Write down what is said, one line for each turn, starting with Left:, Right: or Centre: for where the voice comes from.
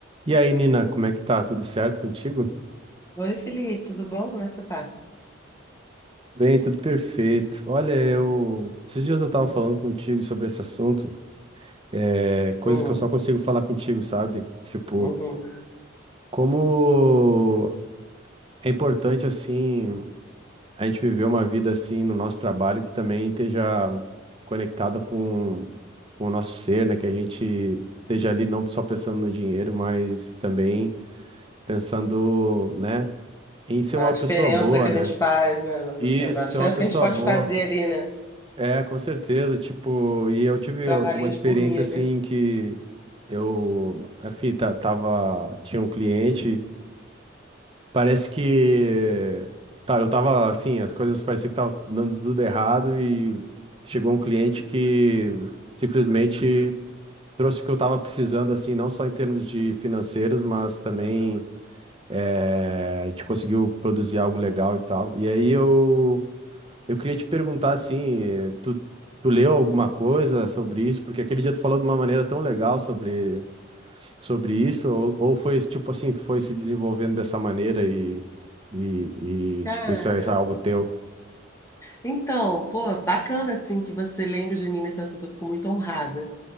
Right: E aí, Nina, como é que tá? Tudo certo contigo?
Left: Oi, Felipe, tudo bom? Como é que você tá?
Right: Bem, tudo perfeito. Olha, eu. Esses dias eu tava falando contigo sobre esse assunto, é... coisas
Left: Uhum,
Right: que eu só consigo falar contigo, sabe? Tipo,
Left: uhum.
Right: como é importante, assim, a gente viver uma vida, assim, no nosso trabalho que também esteja conectada com... com o nosso ser, né? Que a gente esteja ali não só pensando no dinheiro, mas também pensando, né, em ser
Left: Na
Right: uma
Left: diferença
Right: pessoa boa,
Left: que a
Right: né?
Left: gente faz, né, na sociedade,
Right: Isso,
Left: na diferença
Right: ser uma pessoa
Left: que a gente pode
Right: boa.
Left: fazer ali, né?
Right: É, com certeza, tipo, e eu tive
Left: Trabalhinho
Right: uma experiência
Left: de formiga.
Right: assim que eu, enfim, ta- tava, tinha um cliente, parece que tá, eu tava assim, as coisas pareciam que tava dando tudo errado e chegou um cliente que simplesmente trouxe o que eu tava precisando assim, não só em termos de financeiros, mas também eh, a gente conseguiu produzir algo legal e tal. E aí eu eu queria te perguntar assim, eh, tu, tu leu alguma coisa sobre isso? Porque aquele dia tu falou de uma maneira tão legal sobre, sobre isso, ou, ou foi esse tipo assim, tu foi se desenvolvendo dessa maneira e, e,
Left: Cara,
Right: e, tipo, isso é, isso é algo teu?
Left: então, pô, bacana assim que você lembre de mim nesse assunto, eu fico muito honrada,